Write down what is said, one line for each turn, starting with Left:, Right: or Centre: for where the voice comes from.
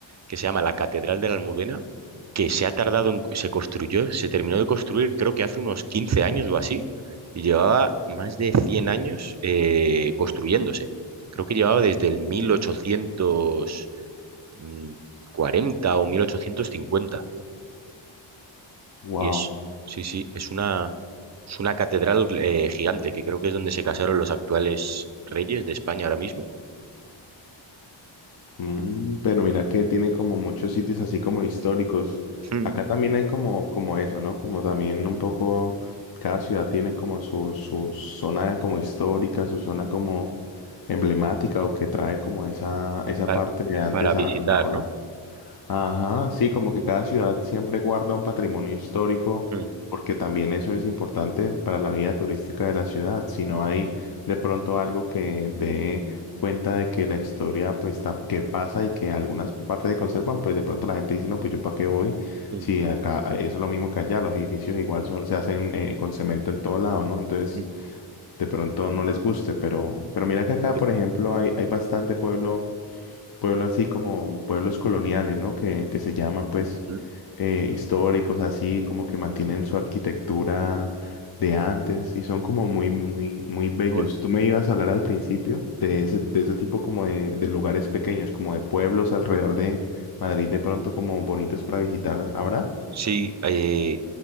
Right: que se llama la Catedral de la Almudena, que se ha tardado en, se construyó, se terminó de construir creo que hace unos 15 años o así, y llevaba más de 100 años eh, construyéndose. Creo que llevaba desde el mil ochocientos mm, cuarenta o 1850
Left: wow.
Right: y es, sí, sí, es una, es una catedral eh, gigante, que creo que es donde se casaron los actuales reyes de España ahora mismo,
Left: Mm, pero mira que tienen como muchos sitios así como históricos.
Right: Mm.
Left: Acá también hay como, como eso, ¿no? Como también un poco, cada ciudad tiene como su, su zona como histórica, su zona como emblemática o que trae como esa, esa
Right: para,
Left: parte de antes
Right: para visitar,
Left: a, a la hora.
Right: ¿no?
Left: Ajá, sí, como que cada ciudad siempre guarda un patrimonio histórico,
Right: Mm,
Left: porque también eso es importante para la vida turística de la ciudad. Si no hay de pronto algo que dé cuenta de que la historia, pues, ta- que pasa y que algunas partes se conservan, pues de pronto la gente dice, no, pues yo para qué voy,
Right: mm,
Left: si acá eh, eso es lo mismo que allá, los edificios igual son, se hacen eh, con cemento en todo lado, ¿no? Entonces,
Right: mm,
Left: de pronto no les guste, pero, pero mira que acá,
Right: sí.
Left: por ejemplo, hay, hay bastante pueblo pueblo así como pueblos coloniales, ¿no? Que, que se llaman pues
Right: Mm,
Left: eh, históricos, así como que mantienen su arquitectura de antes y son como muy, muy, muy bellos.
Right: ah, Bueno,
Left: Tú me ibas a hablar al principio de ese, de ese tipo como de, de lugares pequeños, como de pueblos alrededor de Madrid, de pronto como bonitos para visitar ahora.
Right: sí, eh,